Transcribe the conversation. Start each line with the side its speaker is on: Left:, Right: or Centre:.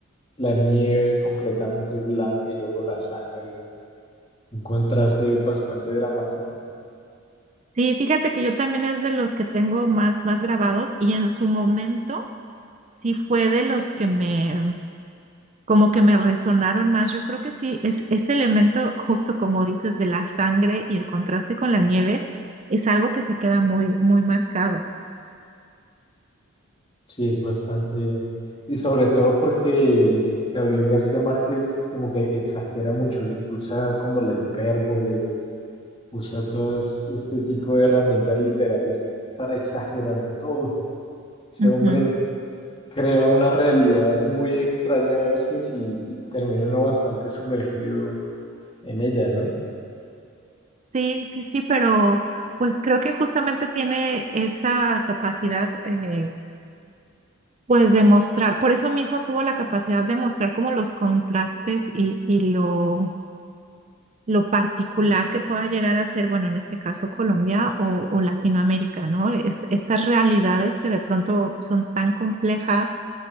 Left: la nieve completamente blanca y luego la sangre. Un contraste bastante dramático.
Right: Sí, fíjate que yo también es de los que tengo más, más grabados y en su momento sí fue de los que me, como que me resonaron más. Yo creo que sí, es, ese elemento, justo como dices, de la sangre y el contraste con la nieve, es algo que se queda muy, muy marcado.
Left: Sí, es bastante... Y sobre todo porque Gabriel García Márquez como que exagera mucho, usa como la hipérbole, usa todo este tipo de herramientas literarias para exagerar todo. Ese
Right: Ujú.
Left: hombre Crea una realidad muy extraña a veces y, y termina uno bastante sumergido en ella, ¿no?
Right: Sí, sí, sí, pero pues creo que justamente tiene esa capacidad, eh, pues de mostrar, por eso mismo tuvo la capacidad de mostrar como los contrastes y, y lo lo particular que pueda llegar a ser, bueno, en este caso Colombia o, o Latinoamérica, ¿no? Es- estas realidades que de pronto son tan complejas